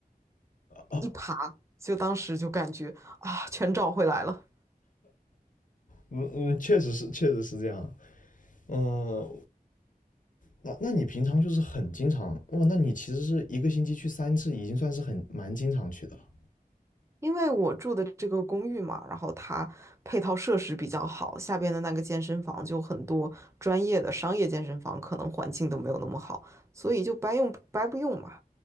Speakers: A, on the left; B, on the right.
A: 哦，
B: 一爬，就当时就感觉啊，全找回来了。
A: 嗯嗯，确实是，确实是这样。嗯，那那你平常就是很经常哇哦，那你其实是一个星期去三次，已经算是很蛮经常去的了。
B: 因为我住的这个公寓嘛，然后它配套设施比较好，下边的那个健身房就很多专业的商业健身房，可能环境都没有那么好，所以就白用白不用嘛。